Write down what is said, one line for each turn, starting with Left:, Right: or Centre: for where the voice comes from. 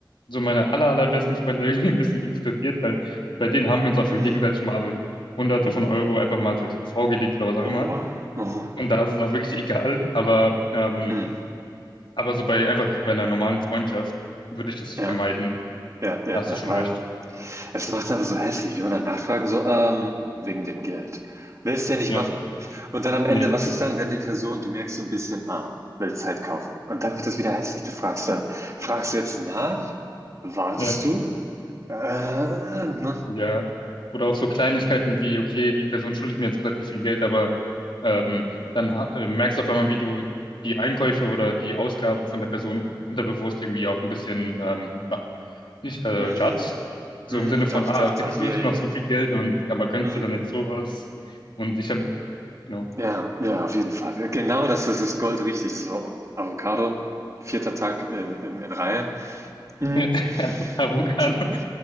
Left: so meine aller, allerbesten Freunde <laughs> irgendwie ein bisschen exkludiert, weil bei denen haben wir uns auch schon
Right: Mm.
Left: gegenseitig mal Hunderte von Euro einfach mal so vorgelegt oder was auch
Right: Oh,
Left: immer.
Right: wow. Mhm.
Left: Und da ist es auch wirklich <laughs> egal, aber, ähm,
Right: Mhm.
Left: aber so bei einfach so bei einer normalen Freundschaft würde ich das vermeiden.
Right: Ja, ja, ja,
Left: Da hast
Right: ja,
Left: du schon
Right: weil
Left: recht.
Right: Es macht's einfach so hässlich, wenn man dann nachfragen, so, ähm, wegen dem Geld. Willst du ja nicht
Left: Ja,
Right: machen. Und dann am Ende,
Left: nee,
Right: was
Left: okay.
Right: ist dann, wenn die Person, du merkst so ein bisschen, ah, will Zeit kaufen. Und dann wird das wieder hässlich. Du fragst dann, fragst du jetzt nach? Wartest
Left: ja,
Right: du? Äh, ne?
Left: ja. Oder auch so Kleinigkeiten wie, okay, die Person schuldet mir jetzt relativ viel Geld, aber ähm, dann ha- äh, merkst du auf einmal, wie du die Einkäufe oder die Ausgaben von der Person unterbewusst irgendwie auch ein bisschen ähm, ba- nicht äh,
Right: Mm,
Left: judged. So
Right: mm,
Left: im Sinne von,
Right: doch,
Left: ah,
Right: doch,
Left: okay,
Right: doch,
Left: du schuldest
Right: ja, ja,
Left: mir noch so
Right: ja.
Left: viel Geld und aber gönnst
Right: Mm,
Left: dir dann jetzt sowas. Und ich habe, you know.
Right: ja, ja, auf jeden Fall. Ja, genau das ist das Gold richtig. So, Avocado, vierter Tag äh, in, in Reihe. Mm.
Left: Ja, <laughs> Avocado,
Right: Und äh,